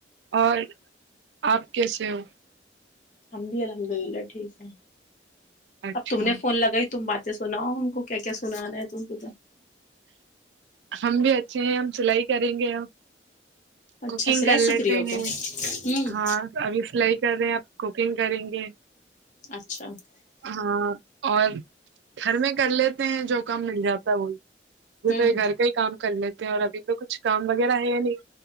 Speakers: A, on the right; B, on the left.
A: اور آپ کیسے ہو
B: ہم بھی الحمد للہ ٹھیک ہے
A: اچھا
B: اب تم نے فون لگائی تم بات سناؤ ہم کو کیا کیا سنانا ہے تم کو تو
A: ہم بھی اچھے ہیں ہم سلائی کریں گے اب
B: اچھا
A: کوکنگ
B: سلائی
A: کر
B: سیکھ
A: لیتے
B: رہی ہو
A: ہیں
B: کیا ہوں
A: ہاں ابھی سلائی کر رہے ہیں آب کوکنگ کریں گے
B: اچھا
A: ہاں اور گھر میں کر لیتے ہیں جو کام مل جاتا ہے وہ وہ
B: ہوں
A: تو یہ گھر کا ہی کام کر لیتے ہیں اور ابھی تو کچھ کام وغیرہ ہے نہیں